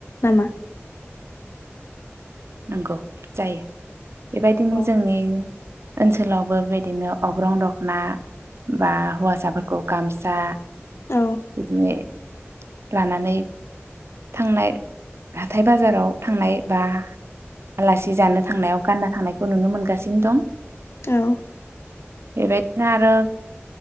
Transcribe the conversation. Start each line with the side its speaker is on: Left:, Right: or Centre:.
Left: नामा?
Right: नंगौ जायो बेबायदिनो
Left: औ
Right: जोंनि ओनसोलावबो बेबायदिनो अग्रं दख'ना बा हौवासाफोरखौ गामसा
Left: औ
Right: बिदिने लानानै थांनाय हाथाय बाजाराव थांनाय बा आलासि जानो थांनायाव गान्ना थांनायखौ नुनो मोनगासिनो दं
Left: औ
Right: बेबायदिनो आरो